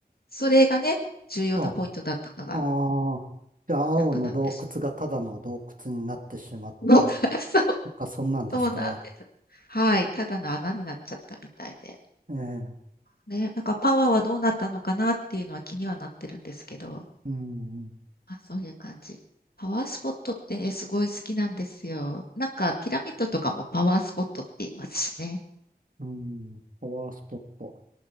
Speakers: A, on the left; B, on the right.
A: それがね、重要なポイントだったのが、
B: あ、ああ、じゃあ、青の洞窟がただの洞窟になってしまった
A: なくなってしまう。<laughs> そう、
B: とか、そんなんですか。
A: そうなんです。はい。ただの穴になっちゃったみたいで。
B: ええ、
A: ね、なんかパワーはどうなったのかなっていうのは気にはなってるんですけど、
B: うん、
A: まあ、そういう感じ。パワースポットってね、すごい好きなんですよ。なんかピラミッドとかもパワースポットって言いますしね。
B: うん、パワースポット。